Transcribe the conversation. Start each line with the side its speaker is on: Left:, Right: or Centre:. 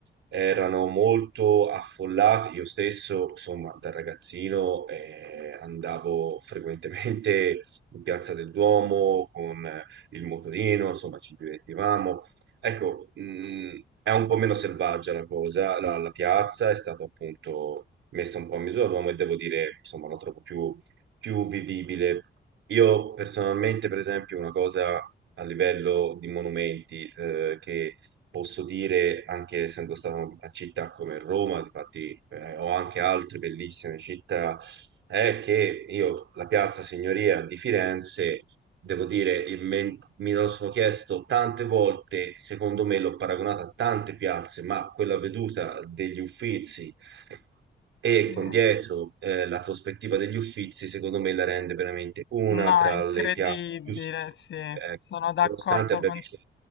Right: erano molto affollate. Io stesso, insomma, da ragazzino eh, andavo frequentemente in Piazza del Duomo con eh, il motorino, insomma, ci divertivamo. Ecco, mh, è un po' meno selvaggia la cosa, la, la piazza è stata appunto messa un po' a misura d'uomo e devo dire, insomma, la trovo più più vivibile. Io personalmente, per esempio, una cosa a livello di monumenti eh, che posso dire, anche essendo stato in una città come Roma, infatti eh, ho anche altre bellissime città, è che io la Piazza Signoria di Firenze, devo dire, il men- mi lo sono chiesto tante volte, secondo me l'ho paragonata a tante piazze, ma quella veduta degli Uffizi e
Left: Sì.
Right: con dietro eh, la prospettiva degli Uffizi, secondo me la rende veramente una
Left: No,
Right: tra
Left: è incredibile,
Right: le piazze più suggestive,
Left: sì,
Right: ecco.
Left: sono d'accordo
Right: Nonostante abbia
Left: con,
Right: visto...